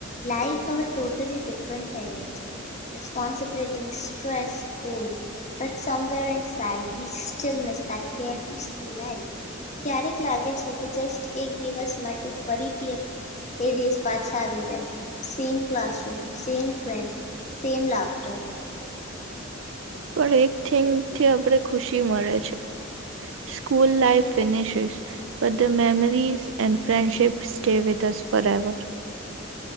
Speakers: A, on the left; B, on the right.
A: લાાઈફ હવે ટોટલી ડિફરન્ટ થઈ ગઈ છે responsibility stress goals but somewhere inside we still miss that careful school life ક્યારેક લાગે છે કે જસ્ટ એક દિવસ માટે ફરીથી એ એ ડેસ. પાછા આવી જાય same classroom same friend same laughter.
B: પણ એક થિંગ થી આપણે ખુશી મળે છે સ્કૂલ લાઈફ ફિનિશિસ બધે memories and friendship stay with us forever.